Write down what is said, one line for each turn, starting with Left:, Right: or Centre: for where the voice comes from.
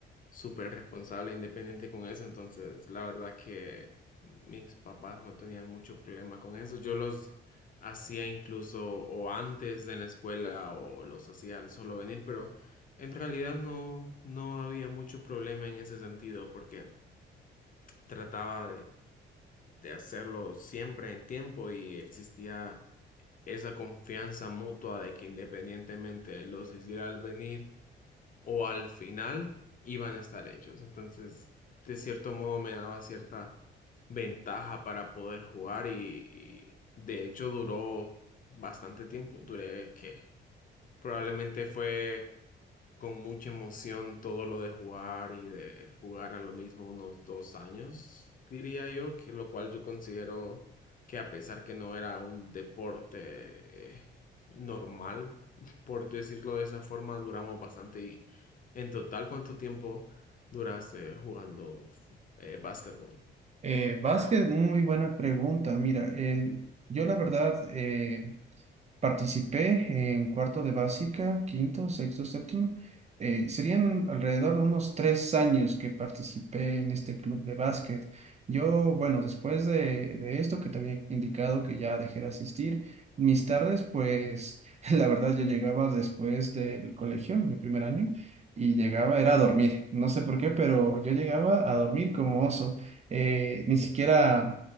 Left: súper responsable e independiente con eso, entonces la verdad que mis papás no tenían mucho problema con eso. Yo los hacía incluso o antes de la escuela o los hacía al solo venir, pero en realidad no, no había mucho problema en ese sentido porque trataba de, de hacerlo siempre en tiempo y existía esa confianza mutua de que independientemente los hiciera al venir o al final iban a estar hechos. Entonces, de cierto modo me daba cierta ventaja para poder jugar y, y de hecho duró bastante tiempo. Duré que probablemente fue con mucha emoción todo lo de jugar y de jugar a lo mismo unos dos años, diría yo, que lo cual yo considero que a pesar que no era un deporte eh, normal, por decirlo de esa forma, duramos bastante. ¿Y en total cuánto tiempo duraste jugando eh, básquetbol?
Right: Eh, Vázquez, muy buena pregunta. Mira, eh, yo la verdad, eh, Participé en cuarto de básica, quinto, sexto, séptimo. Eh, serían alrededor de unos tres años que participé en este club de básquet. Yo, bueno, después de, de esto que te había indicado que ya dejé de asistir, mis tardes, pues <laughs> la verdad yo llegaba después del colegio, mi primer año, y llegaba, era a dormir. No sé por qué, pero yo llegaba a dormir como oso. Eh, ni siquiera,